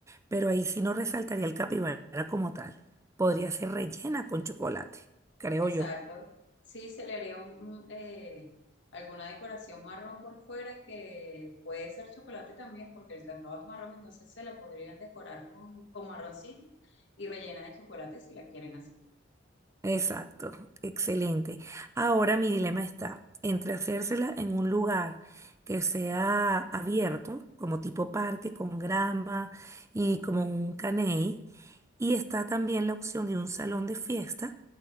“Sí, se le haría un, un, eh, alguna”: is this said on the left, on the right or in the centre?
Left